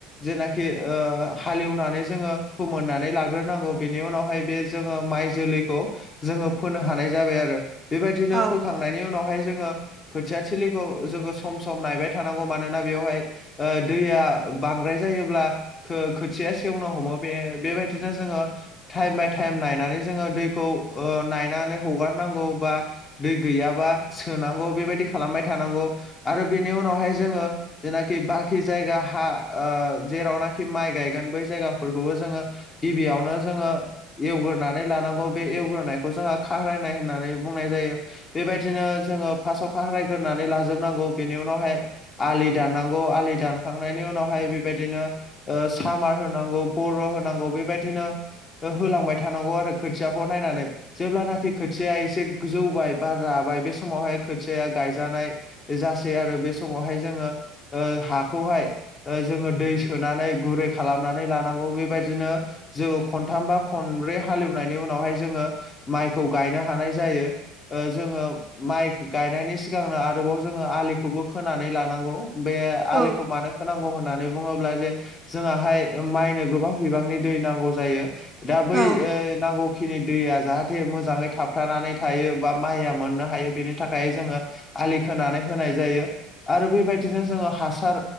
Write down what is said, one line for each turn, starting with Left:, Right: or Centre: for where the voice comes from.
Left: जेनाखि हालेएवनानै जोङो फोमोननानै लाग्रोनांगौ बेनि उनावहाय बे जोङो माइ जोलैखौ जोङो फोनो हानाय जाबाय आरो बेबायदिनो
Right: औ
Left: फोखांनायनि उनावहाय जोङो खोथिया थलिखौ जोङो सम सम नायबाय थानांगौ मानोना बेवहाय दैया बांद्राय जायोब्ला खोथिया सेवनो हमो बे बेबायदिनो जोङो टाइम बाय टाइम नायनानै जोङो दैखौ नायनानै हगारनांगौ बा दै गैयाबा सोनांगौ बेबायदि खालामबाय थानांगौ आरो बेनि उनावहाय जोङो जेनाखि बाखि जायगा हा जेरावनाखि माइ गायगोन बै जायगाफोरखौबो जोङो गिबियावनो जोङो एवग्रोनानै लानांगौ बे एवग्रोनायखौ जोंहा खारायनाय होननानै बुंनाय जायो बेबायदिनो जोङो फार्स्टआव खारायग्रोनानै लाजोबनांगौ बेनि उनावहाय आलि दाननांगौ आलि दानखांनायनि उनावहाय बेबायदिनो सामार होनांगौ बरन' होनांगौ बेबायदिनो होलांबाय थानांगौ आरो खोथियाखौ नायनानै जेब्लानाखि खोथिया एसे जौबाय बा राबाय बे समावहाय खोथियाया गायजानाय जासै आरो बे समावहाय जोङो हाखौहाय जोङो दै सोनानै गुरै खालामनानै लानांगौ बेबायदिनो जोङो खनथाम बा खनब्रै हालेएवनायनि उनावहाय जोङो माइखौ गायनो हानाय जायो जोङो माइ गायनायनि सिगांनो आरोबाव जोङो आलिखौबो खोनानै लानांगौ बे
Right: औ
Left: आलिखौ मानो होनांगौ होननानै बुङोब्ला जे जोंआहाय माइनो गोबां बिबांनि दै नांगौ जायो दा बै
Right: औ
Left: नांगौ खिनि दैया जाहाथे मोजाङै थाबथानानै थायो बा माइया मोननो हायो बेनि थाखाय जोङो आलि खोनानै होनाय जायो आरो बेबायदिनो जोङो हासार